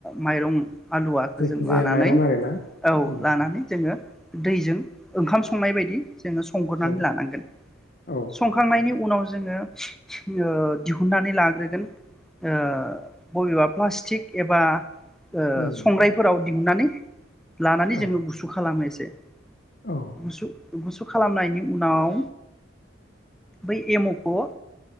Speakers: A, in the centre; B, on the left (about 50°).
A: माइरं आलुवाखौ
B: जायखि
A: जों
B: जाया
A: लानानै
B: माइरं आरोना
A: औ
B: उम
A: लानानै जोङो दैजों ओंखाम संनाय बायदि जोङो संग्रोनै
B: औ
A: लानांगोन
B: औ
A: संखांनायनि उना उनाव जोङो <unintelligible> ओ दिहुननानै लाग्रोगोन ओ बबेबा प्लास्टिक एबा ओ
B: उम
A: संग्रायफोराव दिहुननानै लानानै
B: औ
A: जोङो गुसु खालामो एसे <unintelligible>
B: औ
A: गुसु गुसु खालामनायनि उनाव बै एमावखौ